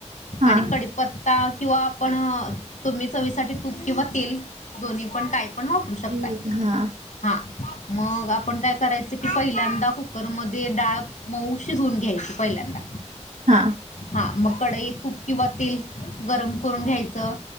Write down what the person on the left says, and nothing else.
आणि कडीपत्ता किंवा आपण हां तुम्ही चवीसाठी तूप किंवा तेल दोन्ही आपण काय पण वापरू शकताय.
हां मग आपण काय करायचं की पहिल्यांदा कुकरमध्ये डाळ मऊ शिजवून घ्यायची पहिल्यांदा
हां मग कडई तूप किंवा तेल गरम करून घ्यायचं